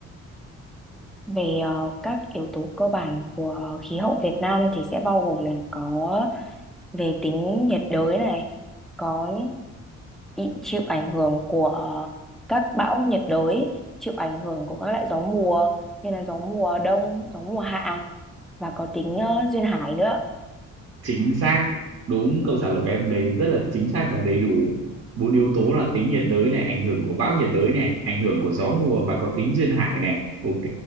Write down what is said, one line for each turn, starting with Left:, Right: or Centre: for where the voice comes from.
Centre: Về ờ, các yếu tố cơ bản của khí hậu Việt Nam thì sẽ bao gồm là có về tính nhiệt đới này, có bị chịu ảnh hưởng của ờ, các bão nhiệt đới, chịu ảnh hưởng của các loại gió mùa như là gió mùa đông, gió mùa hạ và có tính ờ, duyên hải nữa.
Right: chính xác đúng câu trả lời của em đấy rất là chính xác và đầy đủ bốn yếu tố là tính nhiệt đới này ảnh hưởng của bão nhiệt đới này ảnh hưởng của gió mùa và có tính duyên hải này ok